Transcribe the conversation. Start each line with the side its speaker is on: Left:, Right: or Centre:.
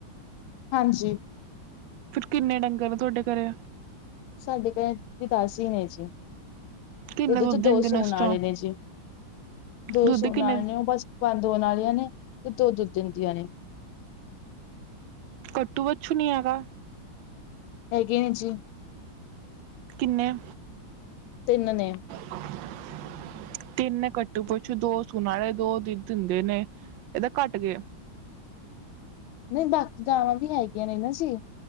Left: ਹਾਂਜੀ।
Right: ਫਿਰ ਕਿੰਨੇ ਡੰਗਰ ਆ ਤੁਹਾਡੇ ਘਰੇ?
Left: ਸਾਡੇ ਘਰੇ 'ਚ ਵੀ ਦਸ ਹੀ ਨੇ ਜੀ।
Right: ਕਿੰਨੇ
Left: ਉਹਦੇ
Right: ਦੁੱਧ
Left: 'ਚ
Right: ਦਿੰਦੇ
Left: ਦੋ
Right: ਨੇ
Left: ਸੂਣ
Right: ਉਸ ਚੋਂ
Left: ਵਾਲੇ ਨੇ ਜੀ, ਦੋ
Right: ਦੁੱਧ
Left: ਸੂਣ
Right: ਕਿੰਨੇ
Left: ਵਾਲੇ ਨੇ ਉਹ ਬਸ ਬੰਦ ਹੋਣ ਵਾਲੀਆਂ ਨੇ, ਤੇ ਦੋ ਦੁੱਧ ਦਿੰਦੀਆਂ ਨੇ।
Right: ਕੱਟੂ ਬੱਛੁ ਨੀ ਹੈਗਾ
Left: ਹੈਗੇ ਨੇ ਜੀ।
Right: ਕਿੰਨੇ?
Left: ਤਿੰਨ ਨੇ।
Right: <inaudible> ਤਿੰਨ ਕੱਟੂ ਪੁੱਛੂ, ਦੋ ਸੂਣ ਆਲੇ, ਦੋ ਦੁੱਧ ਦਿੰਦੇ ਨੇ ਇਹ ਤਾਂ ਘੱਟ ਗਏ।
Left: ਨਹੀਂ ਬਾਕੀ ਗਾਵਾਂ ਵੀ ਹੈਗੀਆਂ ਨੇ ਨਾ ਜੀ,